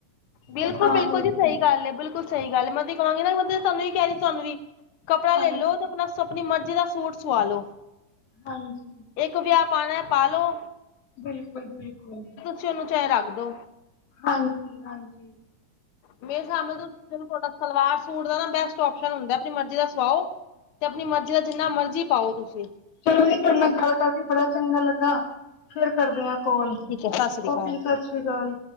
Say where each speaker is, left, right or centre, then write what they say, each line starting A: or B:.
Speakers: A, on the left; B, on the left.
A: ਬਿਲਕੁਲ-
B: ਤੇ ਤਾਂ
A: ਬਿਲਕੁਲ
B: ਕਰਕੇ
A: ਜੀ ਸਹੀ ਗੱਲ ਹੈ। ਬਿਲਕੁਲ ਸਹੀ ਗੱਲ ਹੈ। ਮੈਂ ਤੇ ਕਹਾਂਗੀ ਨਾ ਮ ਤੁਹਾਨੂੰ ਵੀ ਕਹਿ ਰਹੀ ਤੁਹਾਨੂੰ ਵੀ ਕੱਪੜਾ
B: ਹਾਂਜੀ-ਹਾਂਜੀ
A: ਲੈ ਲੋ ਤੇ ਆਪਣਾ ਆਪਣੀ ਮਰਜ਼ੀ ਦਾ ਸੂਟ ਸਆ ਲੋ।
B: ਹਾਂਜੀ।
A: ਇੱਕ ਵਿਆਹ ਪਾਉਣਾ ਪਾ ਲੋਉ।
B: ਬਿਲਕੁਲ- ਬਿਲਕੁਲ।
A: ਉਹਨੂੰ ਚਾਹੇ ਰੱਖ ਦੋ।
B: ਹਾਂਜੀ ਹਾਂਜੀ।
A: ਮੇਰੇ ਹਿਸਾਬ ਨਾਲ ਤਾਂ ਤੁਹਾਡਾ ਸਲਵਾਰ ਸੂਟ ਦਾ ਨਾ ਬੈਸਟ ਓਪਸ਼ਨ ਹੁੰਦਾ। ਆਪਣੀ ਮਰਜ਼ੀ ਦਾ ਸਵਾਓ। ਤੇ ਆਪਣੀ ਮਰਜ਼ੀ ਦਾ ਜਿੰਨਾ ਮਰਜ਼ੀ ਪਾਓ ਤੁਸੀਂ।
B: ਚਲੋ ਜੀ‌ ਤੁਹਾਡੇ ਨਾਲ ਗੱਲ ਕਰਕੇ ਬੜਾ ਚੰਗਾ ਲੱਗਾ। ਫੇਰ ਕਰਦੇ ਆ ਕੋਲ
A: ਸਤਿ੍ਸ਼੍ਰੀ ਕਾਲ।
B: ਓਕੇ ਜੀ ਸਤਿ ਸ਼੍ਰੀ ਅਕਾਲ।